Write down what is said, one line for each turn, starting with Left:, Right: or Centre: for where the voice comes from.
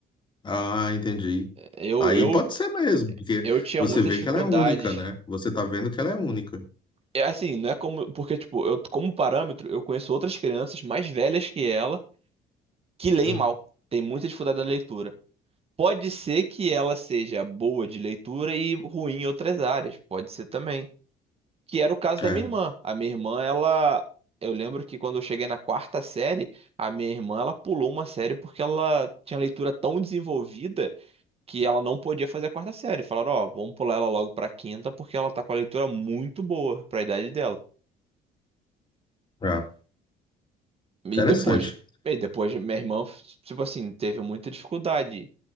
Left: Ah, entendi.
Right: eu
Left: Aí
Right: eu,
Left: pode ser mesmo, porque
Right: eu tinha
Left: você
Right: muita
Left: vê
Right: dificuldade.
Left: que ela é única, né? Você tá vendo que ela é única.
Right: É assim, não é como porque tipo, eu como parâmetro, eu conheço outras crianças mais velhas que ela que leem
Left: Hum.
Right: mal. Tem muita dificuldade na leitura. Pode ser que ela seja boa de leitura e ruim em outras áreas, pode ser também. Que era o caso
Left: É,
Right: da minha irmã. A minha irmã, ela. Eu lembro que quando eu cheguei na quarta série, a minha irmã, ela pulou uma série porque ela tinha leitura tão desenvolvida que ela não podia fazer a quarta série. Falaram, ó, vamos pular ela logo pra quinta porque ela tá com a leitura muito boa pra idade dela.
Left: é.
Right: E
Left: Interessante.
Right: depois, e depois minha irmã, tipo assim, teve muita dificuldade